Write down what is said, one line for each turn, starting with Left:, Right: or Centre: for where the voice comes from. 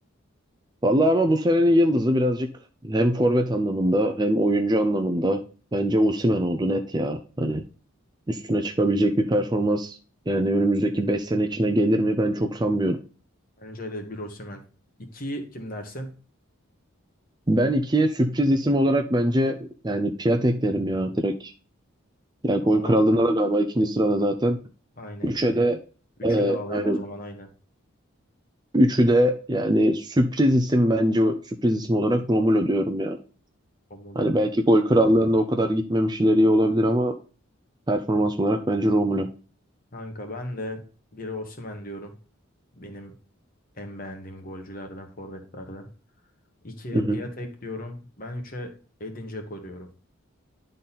Right: Vallahi ama bu senenin yıldızı birazcık hem forvet anlamında hem oyuncu anlamında bence Osimhen oldu net ya. Hani üstüne çıkabilecek bir performans yani önümüzdeki 5 sene içine gelir mi ben çok sanmıyorum.
Left: Bence de bir Osimhen. İkiyi kim dersin?
Right: Ben ikiye sürpriz isim olarak bence yani Piatek derim ya direkt. Ya gol
Left: O zaman
Right: krallığında da galiba ikinci sırada zaten.
Left: aynen
Right: Üçe
Left: iki.
Right: de
Left: Üçü
Right: e,
Left: de alayım
Right: aynen.
Left: o zaman aynen.
Right: Üçü de yani sürpriz isim bence sürpriz isim olarak Romulo diyorum ya.
Left: Omuz'u.
Right: Hani belki gol krallığında o kadar gitmemiş ileriye olabilir ama Performans olarak bence Romulo.
Left: Kanka ben de biri Osimhen diyorum. Benim en beğendiğim golcülerden, forvetlerden. İkiye
Right: Hı hı.
Left: Piatek diyorum. Ben üçe Edin Dzeko diyorum.